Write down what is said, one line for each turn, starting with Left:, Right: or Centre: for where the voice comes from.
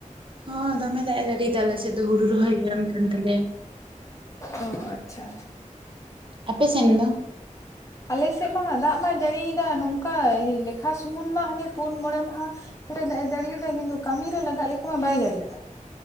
Right: ᱦᱚ ᱫᱚᱢᱮ ᱫᱟᱜ ᱮ ᱡᱟᱹᱨᱤᱭᱮᱫ ᱟᱞᱮ ᱥᱮᱫ ᱫᱚ ᱦᱩᱲᱩ ᱨᱚᱦᱚᱭ ᱜᱟᱱ ᱠᱟᱱ ᱛᱟᱞᱮᱭᱟ।
Left: ᱚᱸ ᱟᱪᱪᱷᱟ
Right: ᱟᱯᱮ ᱥᱮᱱ ᱫᱚ,
Left: ᱟᱞᱮᱥᱮᱫ ᱢᱟ ᱫᱟᱜ ᱢᱟ ᱡᱟᱹᱲᱤᱭᱮᱫᱟ ᱱᱚᱝᱠᱟ ᱞᱮᱠᱷᱟ ᱥᱩᱢᱩᱱ ᱢᱟ ᱦᱟᱱᱮ ᱯᱩᱱ ᱢᱚᱬᱮ ᱢᱟᱦᱟ, ᱠᱚᱨᱮ ᱫᱟᱜ ᱮ ᱡᱟᱹᱲᱤᱭᱟᱫᱟ ᱠᱤᱱᱛᱩ ᱠᱟᱹᱢᱤᱨᱮ ᱞᱟᱜᱟᱜ ᱞᱮᱠᱟ ᱢᱟ ᱵᱟᱭ ᱡᱟᱹᱲᱤᱭᱟᱫᱟ᱾